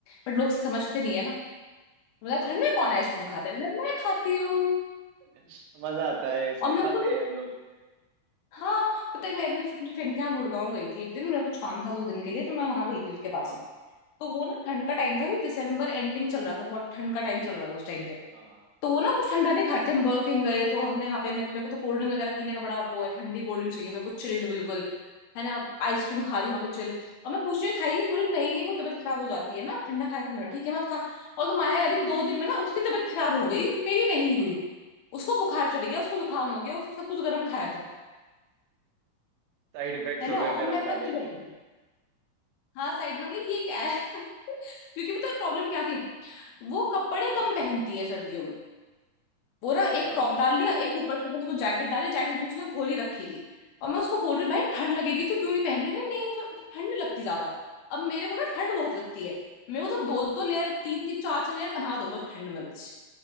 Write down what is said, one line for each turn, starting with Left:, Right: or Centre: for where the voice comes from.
Left: बट लोग
Right: हम्म,
Left: समझते नहीं है ना मतलब
Right: हाँ
Left: ठंड में कौन आइसक्रीम खाता है मैंने मैं खाती हूँ
Right: <laughs> मजा आता है इसलिए
Left: और मेरे
Right: खाते
Left: को भी
Right: हैं हम लोग
Left: हाँ पता है मैं अभी अपनी फ्रेंड के यहाँ गुड़गांव गई थी एक दिन मेरा कुछ काम था दो दिन के लिए तो मैं वहां गई थी उसके
Right: हाँ
Left: पास
Right: हाँ
Left: तो वो ना ठंड का टाइम था भी दिसंबर एंडिंग चल रहा था बहुत ठंड का टाइम
Right: हम्म,
Left: चल रहा था उस
Right: ठीक
Left: टाइम पे
Right: है हाँ हाँ
Left: तो वो ना कुछ ठंडा नहीं खाते थे हम बर्ger किंग गए तो हमने वहाँ पे मे- मेरे को तो कोल्ड ड्रिंक वगैरह पीने का बड़ा वो है ठंडी कोल्ड ड्रिंक चाहिए मेरे को चिल्ड बिल्कुल है ना आइसक्रीम खा रही हूँ वहाँ पे चिल और मैं पूछ रही हूँ खाई कि पूरी नहीं नहीं वो तबीयत खराब हो जाती है ना ठंडा खाया था मेरा ठीक है मत खा और तो माया
Right: हाँ
Left: करी
Right: हाँ।
Left: दो दिन में ना उसकी तबीयत खराब हो गई मेरी नहीं हुई उसको बुखार चढ़ गया उसको जुकाम हो गया उसको सब कुछ गर्म खाया था
Right: साइड इफेक्ट्स
Left: है
Right: हो
Left: ना
Right: गए
Left: और
Right: गर्म
Left: मैं
Right: खाने
Left: अपना चिल
Right: के
Left: बैठी थी हाँ साइड में बोले ये क्या है <laughs> क्योंकि पता प्रॉब्लम क्या थी वो कपड़े
Right: हम्म,
Left: कम पहनती है सर्दियों में वो ना
Right: अच्छा
Left: एक टॉप डाल लिया एक ऊपर से बस वो जैकेट डाली जैकेट भी उसने खोली रखी थी और मैं उसको बोल रही हूँ भाई ठंड लगेगी तो क्यों नहीं पहन रही नहीं उसे उसे ठंड नहीं लगती ज्यादा अब मेरे को ना ठंड बहुत लगती है मेरे को तो दो दो लेयर तीन तीन चार चार लेयर पहना दो बस ठंड में बस